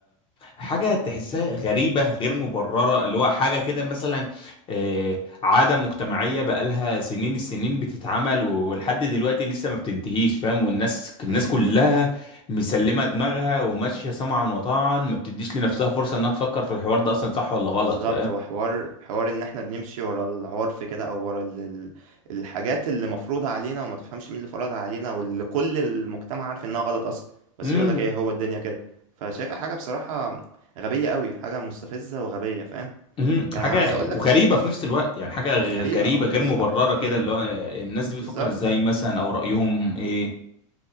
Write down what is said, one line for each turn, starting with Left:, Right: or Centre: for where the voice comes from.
Left: حاجة تحسها غريبة غير مبررة اللي هو حاجة كده مثلا آه، عادة مجتمعية بقالها سنين السنين بتتعمل ولحد دلوقتي لسه ما بتنتهيش فاهم والناس الناس
Right: مم.
Left: كلها
Right: مم.
Left: مسلمة دماغها وماشية سمعا وطاعا ما بتديش لنفسها فرصة انها تفكر في الحوار ده اصلا صح ولا غلط
Right: بالظبط هو حوار حوار ان احنا بنمشي ورا العرف كده او ورا ال- ال- الحاجات اللي مفروضة علينا وما تفهمش مين اللي فرضها علينا واللي كل المجتمع عارف انها غلط اصلا بس
Left: فاهم
Right: يقولك ايه هو الدنيا كده فشايفها حاجة بصراحة غبية قوي حاجة مستفزة وغبية فاهم
Left: مم،
Right: يعني
Left: حاجة
Right: انا عايز اقولك
Left: وغريبة في نفس الوقت يعني حاجة غ-
Right: غريبة
Left: غريبة
Right: اه
Left: غير
Right: ما
Left: مبررة
Right: تفهم
Left: كده
Right: مم،
Left: اللي هو الناس دي
Right: بالظبط
Left: بتفكر ازاي مثلا او رأيهم ايه